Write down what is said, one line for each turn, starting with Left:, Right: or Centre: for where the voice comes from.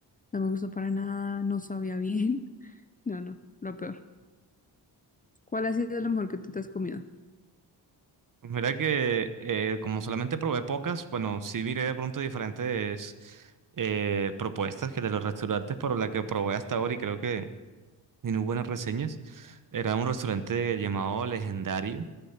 Left: no me gustó para nada, no sabía bien. <laughs> No, no, lo peor. ¿Cuál ha sido lo mejor que tú te has comido?
Right: Pues Mira que eh, como solamente probé pocas, bueno, sí miré de pronto diferentes eh, propuestas que de los restaurantes, pero la que probé hasta ahora y creo que tiene buenas reseñas, era un restaurante llamado Legendario